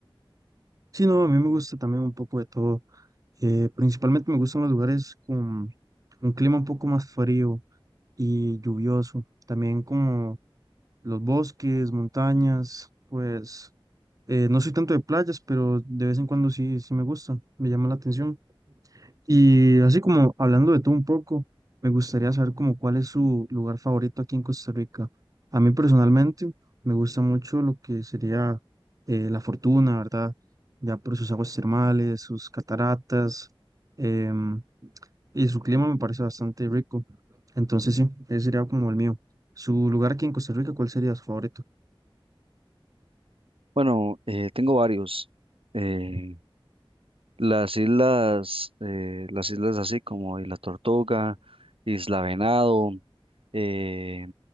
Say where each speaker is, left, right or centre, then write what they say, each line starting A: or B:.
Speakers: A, on the right (about 40°); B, on the right (about 75°).
A: Sí, no, a mí me gusta también un poco de todo. Eh, principalmente me gustan los lugares con un clima un poco más frío y lluvioso. También como los bosques, montañas, pues eh, no soy tanto de playas, pero de vez en cuando sí, sí me gusta, me llama la atención. Y así como hablando de todo un poco, me gustaría saber como cuál es su lugar favorito aquí en Costa Rica. A mí personalmente me gusta mucho lo que sería eh, La Fortuna, ¿verdad? Ya por sus aguas termales, sus cataratas, em, y su clima me parece bastante rico. Entonces sí, ese sería como el mío. ¿Su lugar aquí en Costa Rica, cuál sería su favorito?
B: Bueno, eh, tengo varios. eh, las islas, eh, las islas así como Isla Tortuga, Isla Venado, eh,